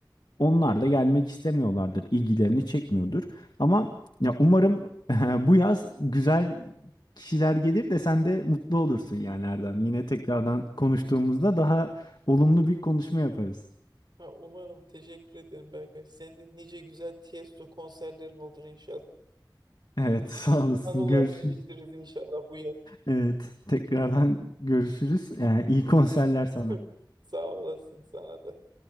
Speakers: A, on the left; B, on the right.
A: onlar da gelmek istemiyorlardır, ilgilerini çekmiyordur. Ama ya umarım <laughs> bu yaz güzel kişiler gelir de sen de mutlu olursun yani Erdem. Yine tekrardan konuştuğumuzda daha olumlu bir konuşma yaparız.
B: Ha, umarım. Teşekkür ederim Berkay. Senin de nice güzel Tiesto konserlerin olur inşallah.
A: Evet, <laughs> sağ olasın.
B: Anılar
A: Görüşürüz.
B: biriktiririz inşallah bu yaz.
A: Evet, tekrardan görüşürüz. Ee, iyi konserler sana.
B: <laughs> Sağ olasın sana da.